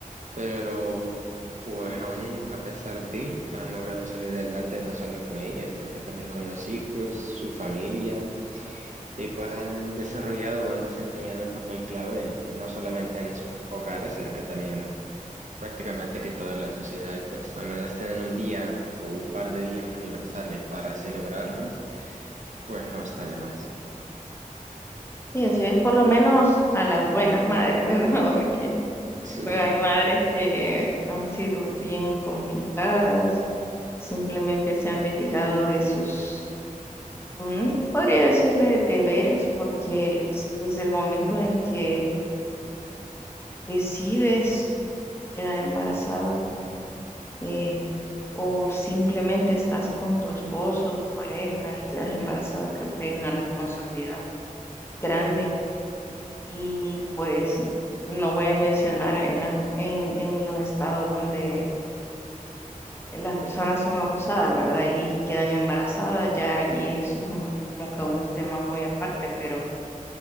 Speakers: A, on the right; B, on the left.
A: pero pues aún a pesar de, han logrado salir adelante no solo con ella, sino que también con los hijos, su familia, y pues han desarrollado, han desempeñado un papel clave, no solamente en sus hogares, sino que también prácticamente que toda la sociedad, y pues al menos tener un día o un par de días universales para celebrarlas, pues no está de más.
B: Y así es por lo menos a las buenas madres, ¿verdad? <laughs> Porque
A: Sí.
B: pues, hay madres que han sido bien complicadas, simplemente se han desligado de sus, mm, podría decirle, deberes, porque desde el momento en que decides quedar embarazada, eh, o simplemente estás con tu esposo, tu pareja y quedas embarazada, creo que hay una responsabilidad grande y pues no voy a mencionar en la, en, en los estados donde las personas son abusadas, ¿verdad? Y quedan embarazadas, ya allí eso es un- como que un tema muy aparte, pero